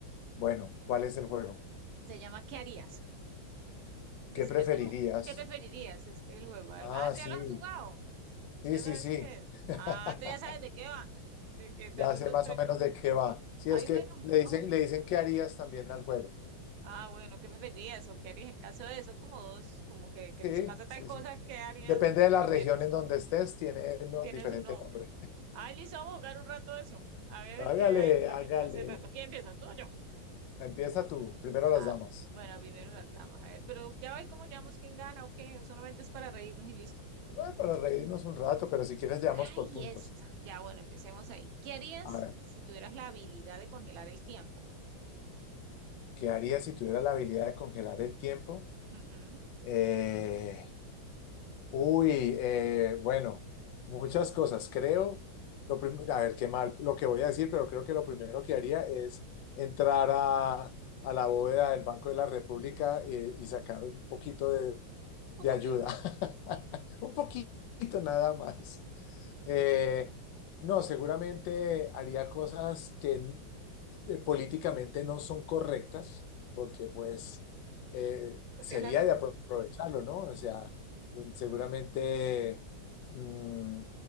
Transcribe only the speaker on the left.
Bueno, ¿cuál es el juego?
¿Qué preferirías?
Ah,
sí,
sí,
sí,
sí.
<laughs>
Ya
sé
más
o menos de qué va. Sí,
es que
le dicen,
le dicen qué harías también al juego.
Sí,
sí,
sí.
Depende
de la
región en donde estés, tiene no,
diferente
nombre.
Hágale,
hágale.
Empieza tú, primero las
damas.
Bueno, para reírnos un rato, pero si quieres, llevamos
por puntos.
A ver,
¿qué haría si tuviera la habilidad de congelar el tiempo?
Eh, uy, eh, bueno, muchas cosas. Creo, lo prim- a ver, qué mal lo que voy a decir, pero creo que lo primero que haría es entrar a, a la bóveda del Banco de la República y, y sacar un poquito de,
de
ayuda. <laughs> Un poquito nada más. Eh, no, seguramente haría cosas que eh, políticamente no son correctas, porque pues eh,
sería
de apro- aprovecharlo, ¿no? O sea, mm, seguramente
mm,